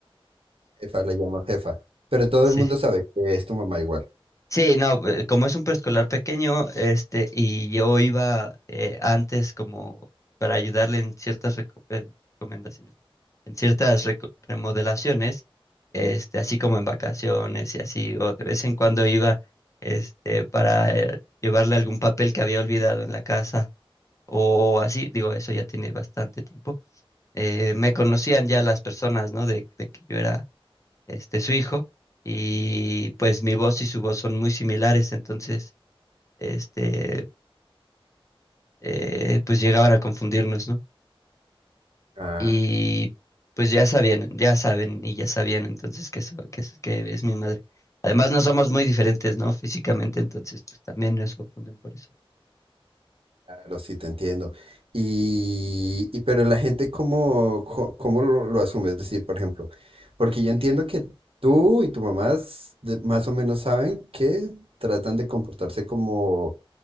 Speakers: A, on the right (about 70°); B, on the left (about 30°).
A: Jefa, la llamo jefa. Pero todo
B: <laughs>
A: el mundo
B: sí.
A: sabe que es tu mamá igual.
B: Sí, no, eh, como es un preescolar pequeño, este, y yo iba eh, antes como para ayudarle en ciertas reco- eh, recomendaciones, en ciertas reco- remodelaciones, este, así como en vacaciones y así, o de vez en cuando iba, este, para eh, llevarle algún papel que había olvidado en la casa, o así, digo, eso ya tiene bastante tiempo eh, me conocían ya las personas, ¿no? De, de que yo era este, su hijo y pues mi voz y su voz son muy similares, entonces, este, eh, pues llegaban a confundirnos, ¿no?
A: Ah,
B: Y pues ya sabían, ya saben y ya sabían entonces que, so- que, es- que es mi madre. Además, no somos muy diferentes, ¿no? Físicamente, entonces, pues también nos confunden por eso.
A: claro, sí, te entiendo. Y, y pero la gente, ¿cómo, co- cómo lo, lo asume? Es decir, por ejemplo, porque yo entiendo que tú y tu mamá s- de- más o menos saben que tratan de comportarse como,